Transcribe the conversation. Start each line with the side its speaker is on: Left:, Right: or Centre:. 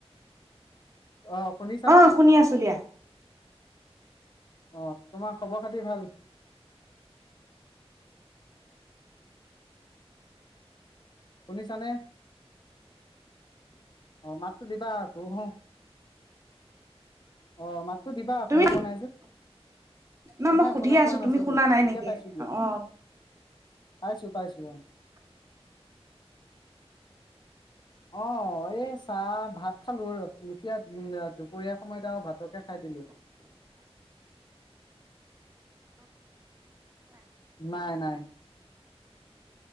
Left: অ শুনিছানে
Right: অ শুনি আছো দিয়া।
Left: আহ, তোমাৰ খবৰ খাতি ভাল। শুনিছানে? অ মাত শুধিবা গো হো অ, মাত সুধিবা
Right: তুমি
Left: শুনা পোৱা নাই যে
Right: ন মই
Left: নাই
Right: সুধিয়ে
Left: শুনা
Right: আছো
Left: পোৱা নাছিলো
Right: তুমি শুনা নাই
Left: এতিয়া
Right: নেকি
Left: পাইছো দিয়া।
Right: অ
Left: পাইছো পাইছো অ আহ এই চাহ ভাত খালো এতিয়া দুপৰীয়া সময়ত আৰু ভাতকে খাই দিলো নাই, নাই,